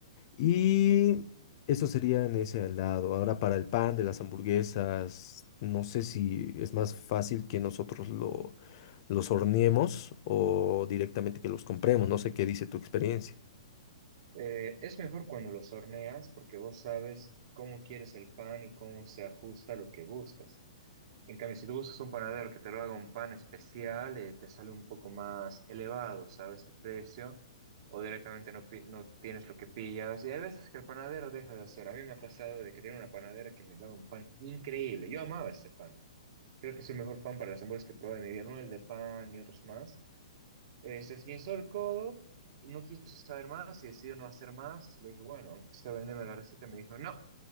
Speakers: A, on the left; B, on the right.
A: Y eso sería en ese lado. Ahora, para el pan de las hamburguesas, no sé si es más fácil que nosotros lo, los horneemos o directamente que los compremos. No sé qué dice tu experiencia.
B: Eh, es mejor cuando los horneas porque vos sabes cómo quieres el pan y cómo se ajusta a lo que buscas. En cambio, si tú buscas un panadero que te lo haga un pan especial, eh, te sale un poco más elevado, ¿sabes? El precio. O directamente no, pi- no tienes lo que pillas. Y hay veces que el panadero deja de hacer. A mí me ha pasado de que tenía una panadera que me daba un pan increíble. Yo amaba ese pan. Creo que es el mejor pan para las hamburguesas que probé en mi vida, no el de pan ni otros más. Eh, se esguinzó el codo y no quiso saber más y decidió no hacer más. Le dije, bueno, se venderme la receta. Me dijo, no,